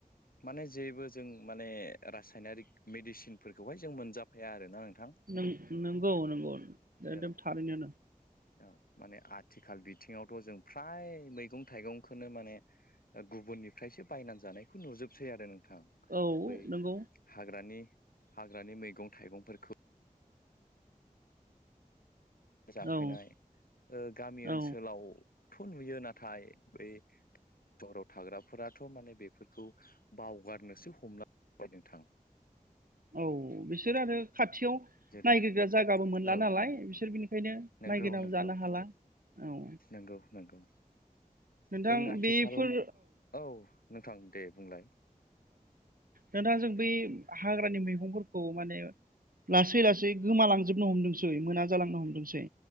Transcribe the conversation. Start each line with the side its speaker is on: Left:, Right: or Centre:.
Left: माने जेबो जों माने रासायनारिक मेडिसिनफोरखौहाय जों मोनजाफाया आरोना नोंथां।
Right: नों नंगौ नंगौ एकदम
Left: औ
Right: थारैनो
Left: औ माने आथिखाल बिथिङावथ' जों फ्राय मैगं थाइगंखौनो माने गुब गुबुननिफ्रायसो बायनानै जानायखौ नुजोबसै आरो नोंथां
Right: औ
Left: बै
Right: नंगौ
Left: हाग्रानि हाग्रानि मैगं थाइगंफोरखौ जाफैनाय
Right: औ
Left: गामि
Right: औ
Left: ओनसोलावथ' नुयो नाथाय बै सहराव थाग्राफोरा थ' माने बेफोरखौ बावगारनोसो हमलांबाय नोंथां।
Right: औ बिसोर आरो खाथियाव
Left: जेरै
Right: नायग्रोग्रा जायगाबो मोनला
Left: औ
Right: नालाय बिसोर बिनि खायनो
Left: नंगौ
Right: नायगिरनाबो
Left: नंगौ
Right: जानो हाला औ
Left: नंगौ नंगौ।
Right: नोंथां
Left: जों आथिखाल
Right: बेफोर
Left: औ नोंथां दे बुंलाय।
Right: दोंथां जों बै हाग्रानि मैगंफोरखौ माने लासै लासै गोमालां जोबनो हमदोंसै मोना जालांनो हमदोंसै